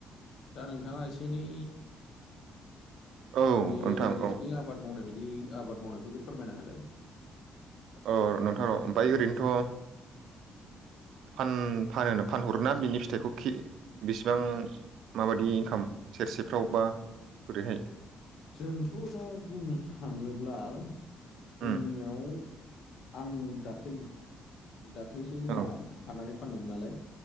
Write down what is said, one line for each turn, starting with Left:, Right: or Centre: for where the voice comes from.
Left: दा नोंथाङा एसे एनै
Right: औ
Left: बे
Right: नोंथां
Left: नोंसोरथि
Right: औ
Left: आब मावनाय बायदि आबाद मावनायफोरखौ फोरमायना होलाय।
Right: अ नोंथां र ओमफ्राय ओरैनोथ' फान फानहो फानहरोना बिनि फिथाइखौ कि बेसेबां माबादि इनकाम सेरसेफ्राव बा बोरैहाय?
Left: जोंथ' दा बुंनो थाङोब्ला जोंनियाव
Right: उम
Left: आं दाख्लै दाख्लैसो जोंहा
Right: औ
Left: खानानै फानदोंमोन नालाय।